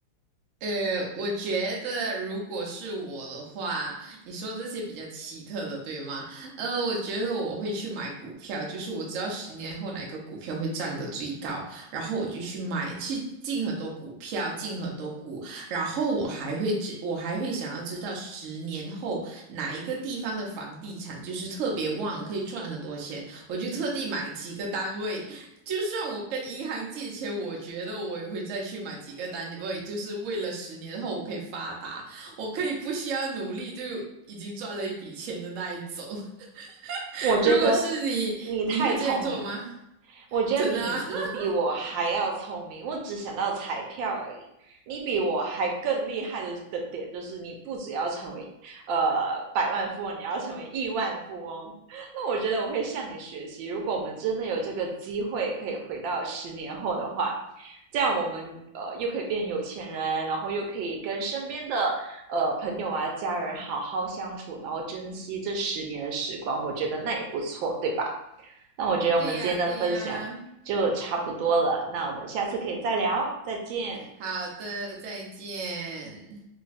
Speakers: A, on the right (about 60°); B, on the right (about 75°).
A: 呃，我觉得如果是我的话，你说这些比较奇特的，对吗？呃，我觉得我会去买股票，就是我知道十年后哪个股票会涨得最高，然后我就去买，去进很多股票，进很多股，然后我还会知，我还会想要知道十年后哪一个地方的房地产就是特别旺，可以赚很多钱，我就特地买几个单位，就算我跟银行借钱，我觉得我也会再去买几个单位，因为就是为了十年后我可以发达，我可以不需要努力就已经赚了一笔钱的那一种。<laughs>
B: 我觉得
A: 如果是你，
B: 你太聪明了，
A: 你会这样做吗？
B: 我觉得你你比我还要聪明，
A: 真的啊？<laughs>
B: 我只想到彩票而已。你比我还更厉害的的点就是，你不只要成为呃百万富翁，你要成为亿万富翁。<laughs> 那我觉得我会向你学习。如果我们真的有这个机会可以回到十年后的话，这样我们呃又可以变有钱人，然后又可以跟身边的呃朋友啊、家人好好相处，然后珍惜这十年的时光。我觉得那也不错，对吧？那我觉得我们今天的分享就差不多了，
A: 对呀，对呀。
B: 那我们下次可以再聊，再见。
A: 好的，再见。